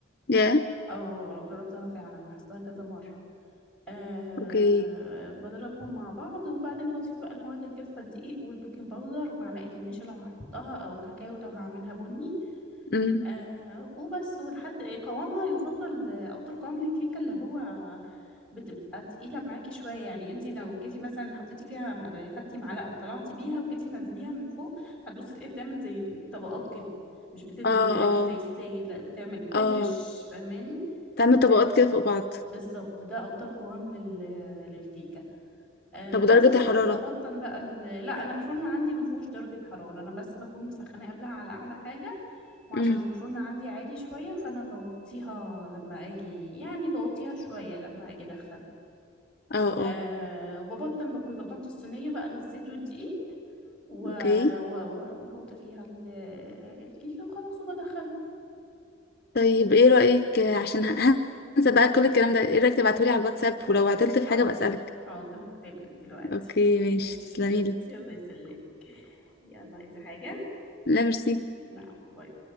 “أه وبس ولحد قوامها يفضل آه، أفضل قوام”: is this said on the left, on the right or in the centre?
Centre